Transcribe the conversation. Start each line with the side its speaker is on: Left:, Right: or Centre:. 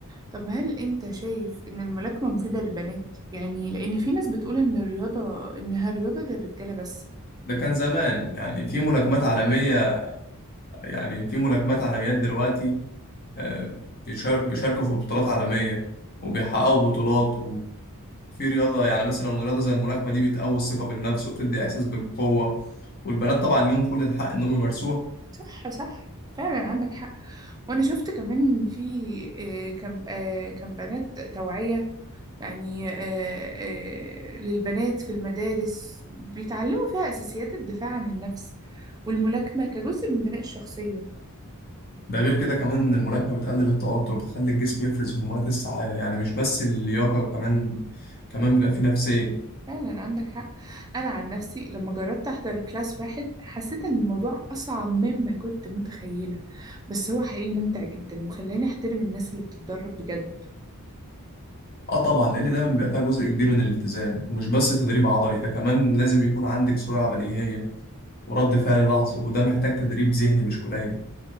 Right: طب هل أنت شايف إن الملاكمة مفيدة للبنات؟ يعني لأن في ناس بتقول إن الرياضة إنها رياضة للرجالة بس
Left: ده كان زمان يعني في ملاكمات عالمية يعني في ملاكمات عالميات دلوقتي آه، بيشار- بيشاركوا في بطولات عالمية وبيحققوا بطولات وفي رياضة يعني مثلا رياضة زي الملاكمة دي بتقوي الثقة بالنفس وبتدي إحساس بالقوة والبنات طبعا ليهم كل الحق إنهم يمارسوها
Right: صح صح فعلا عندك حق وأنا شفت كمان في آه، كم آه، كم بنات توعية يعني آه، آه، للبنات في المدارس بيتعلموا فيها أساسيات الدفاع عن النفس والملاكمة كجزء من بناء الشخصية
Left: ده غير كده كمان إن الملاكمة بتقلل التوتر وبتخلي الجسم يفرز هرمونات السعادة يعني مش بس اللياقة كمان كمان بيبقى فيه نفسية
Right: فعلا عندك حق أنا عن نفسي لما جربت أحضر كلاس واحد حسيت إن الموضوع أصعب مما كنت متخيلة بس هو حقيقي ممتع جدا وخلاني أحترم الناس اللي بتتدرب بجد
Left: اه طبعا لأن دايما بيبقى فيها جزء كبير من الالتزام ومش بس تدريب عضلي ده كمان لازم يكون عندك سرعة بديهية ورد فعل لحظي وده محتاج تدريب ذهني مش قليل